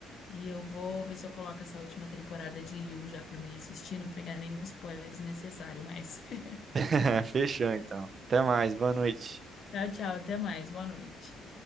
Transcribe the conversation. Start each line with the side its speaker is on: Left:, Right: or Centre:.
Left: E eu vou ver se eu coloco essa última temporada de You já pra mim assistir, não pegar nenhum spoiler desnecessário mais. <laughs>
Right: <laughs> Fechou então. Até mais, boa noite.
Left: Tchau, tchau. Até mais. Boa noite.